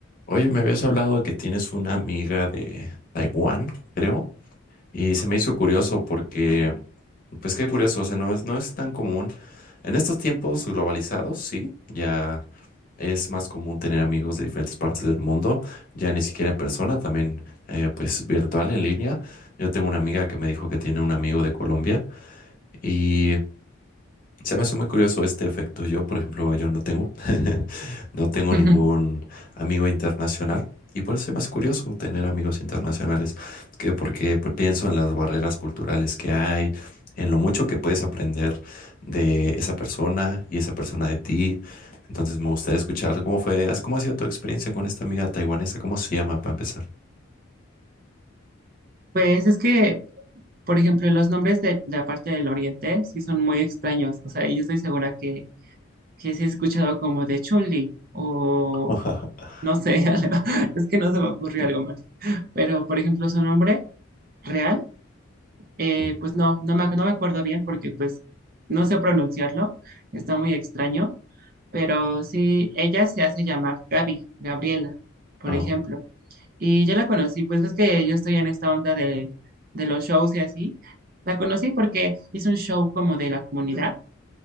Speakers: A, on the left; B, on the right.
A: Oye, me habías hablado que tienes una amiga de Taiwán, creo, y se me hizo curioso porque, pues qué curioso, o sea, no es, no es tan común. En estos tiempos globalizados, sí, ya es más común tener amigos de diferentes partes del mundo, ya ni siquiera en persona, también eh, pues virtual, en línea. Yo tengo una amiga que me dijo que tiene un amigo de Colombia y se me hace muy curioso este efecto. Yo, por ejemplo, yo no tengo, <laughs> no tengo
B: <laughs>
A: ningún amigo internacional y por eso es más curioso tener amigos internacionales, que porque pues, pienso en las barreras culturales que hay, en lo mucho que puedes aprender de esa persona y esa persona de ti. Entonces me gustaría escuchar cómo fue, cómo ha sido tu experiencia con esta amiga taiwanesa, cómo se llama para empezar.
B: Pues es que, por ejemplo, los nombres de, de la parte del oriente sí son muy extraños. O sea, yo estoy segura que, que sí he escuchado como de Chun-Li o
A: <laughs>
B: no sé, <laughs> algo- es que no se me ocurre algo más. Pero, por ejemplo, su nombre real, eh,
A: Mm.
B: pues no, no me, ac- no me acuerdo bien porque pues no sé pronunciarlo, está muy extraño. Pero sí, ella se hace llamar Gaby, Gabriela, por
A: Oh.
B: ejemplo. Y yo la conocí, pues ves que yo estoy en esta onda de, de los shows y así. La conocí porque hizo un show como de la comunidad